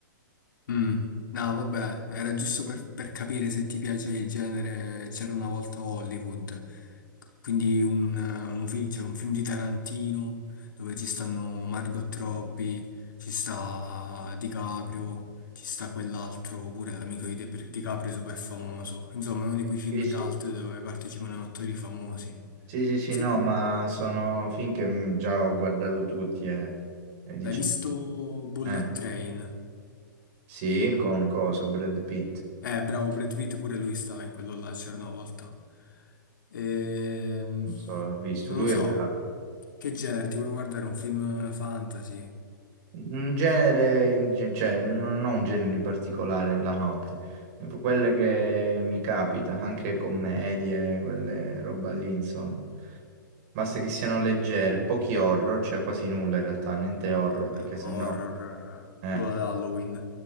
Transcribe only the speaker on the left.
Mm, No, vabbè, era giusto per, per capire se ti piace il genere C'era una volta a Hollywood, quindi un, eh, un fi- cioè un film di Tarantino dove ci stanno Margot Robbie, ci sta DiCaprio, ci sta quell'altro, pure l'amico di Dep- DiCaprio super famoso. Insomma, uno di quei film
cult dove partecipano attori famosi.
Sì,
l'hai visto Bullet
Train?
Eh, bravo, Brad Pitt pure lui stava in quello là, c'era una volta. Ehm,
non
lo so,
che genere, ti vuoi guardare un film fantasy?
No, Vabbè,
ma
horror,
quello ad Halloween.